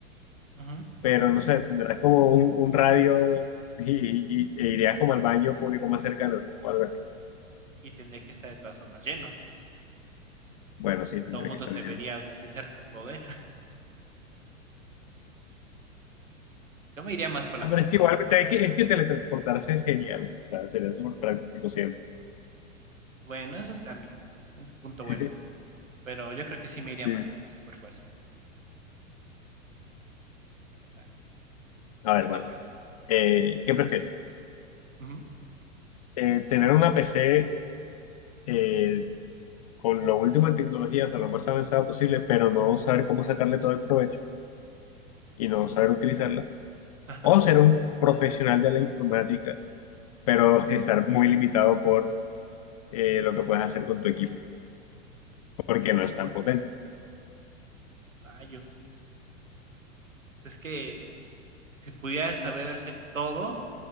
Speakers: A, on the right; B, on the left.
A: Ujú.
B: pero no sé, tendrás como un, un radio <laughs> y, y- e irías como al baño público más cercano, ¿no? O algo así.
A: Y tendría que estar de todas formas lleno. O
B: Bueno, sí,
A: sea,
B: tendría
A: todo el mundo
B: que estar
A: debería
B: lleno.
A: utilizar tu poder. Yo me iría más por la
B: Ah,
A: fuerza
B: pero es que
A: sobrehumana.
B: igual te- es que, es que teletransportarse es genial. O sea, sería súper práctico siempre.
A: Bueno, esos bien, Tienen su punto bueno.
B: <laughs>
A: Pero yo creo que sí me iría
B: Sí,
A: más por
B: sí.
A: la superfuerza. Sale.
B: A
A: Te
B: ver, bueno.
A: toca.
B: Eh, ¿qué prefieres?
A: Ujú,
B: Eh, ¿tener una PC eh, con lo último en tecnología, o sea, lo más avanzada posible, pero no saber cómo sacarle todo el provecho y no saber utilizarla,
A: Ajá.
B: o ser un profesional de la informática, pero <laughs> estar muy limitado por eh, lo que puedes hacer con tu equipo, porque no es
A: Mm,
B: tan potente.
A: Rayos. Pues es que si pudiera saber hacer todo,